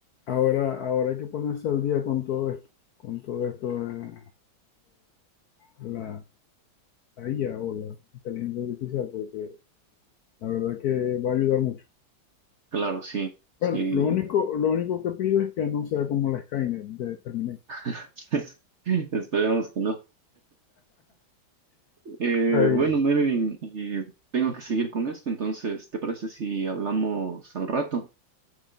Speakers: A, on the left; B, on the right.
A: ahora, ahora hay que ponerse al día con todo esto, con todo esto de, de la, la IA o la inteligencia artificial, porque la verdad que va a ayudar mucho.
B: Claro, sí, sí.
A: Bueno, lo único, lo único que pido es que no sea como la Skynet de Terminator.
B: <laughs> Esperemos que no. Eh,
A: Ahí.
B: bueno, Mervin, eh, tengo que seguir con esto, entonces, ¿te parece si hablamos al rato?